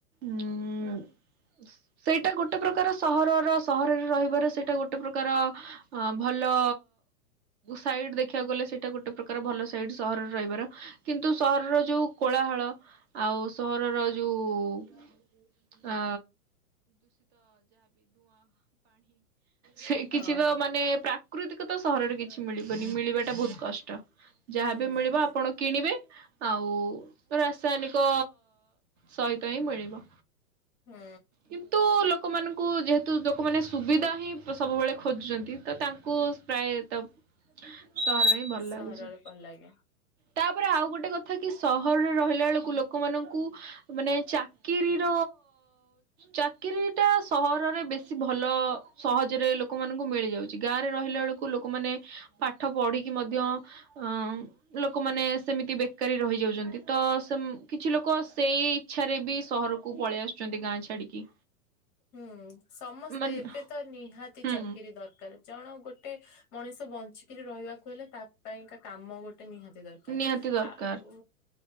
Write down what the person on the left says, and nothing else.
ହଁ
ହଁ
ହୁଁ
ହୁଁ
<inaudible>
ସହରରେ
ଭଲ ଲାଗେ।
ହୁଁ ସମସ୍ତେ
ଏବେ ତ ନିହାତି
ଚାକିରି ଦରକାର ଜଣ ଗୋଟେ ମଣିଷ ବଞ୍ଚିକିରି ରହିବାକୁ ହେଲେ ତା ପାଇଁକା କାମ ଗୋଟେ ଟା ନିହାତି ଦରକାର
ଆ ଉ।